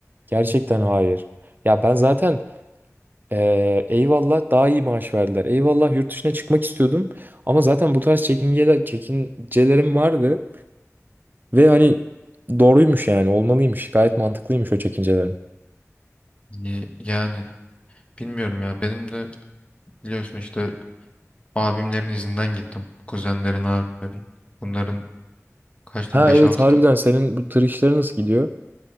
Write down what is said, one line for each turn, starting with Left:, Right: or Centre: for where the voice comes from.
Right: Gerçekten hayır. Ya ben zaten eee, eyvallah daha iyi maaş verdiler. Eyvallah yurt dışına çıkmak istiyordum. Ama zaten bu tarz çekingeler, çekincelerim vardı. Ve hani doğruymuş yani olmalıymış. Gayet mantıklıymış o çekincelerim.
Left: Ye- Yani bilmiyorum ya. Benim de biliyorsun işte abimlerin izinden gittim. Kuzenlerin, abilerin. Bunların kaç tane?
Right: Ha
Left: 5-6
Right: evet harbiden
Left: ta-
Right: senin bu tır işleri nasıl gidiyor?